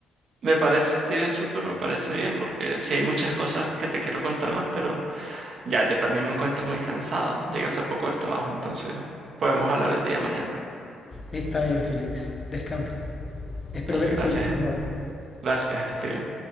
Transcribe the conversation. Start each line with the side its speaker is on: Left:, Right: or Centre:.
Right: Me parece, Steven, súper, me parece bien, porque sí hay muchas cosas que te quiero contar más, pero ya yo también me encuentro muy cansado, llegué hace poco del trabajo, entonces podemos hablar el día de mañana.
Left: Está bien, Félix, descansa. Espero
Right: Dale,
Left: que te
Right: gracias,
Left: sientas mejor.
Right: gracias, Steven.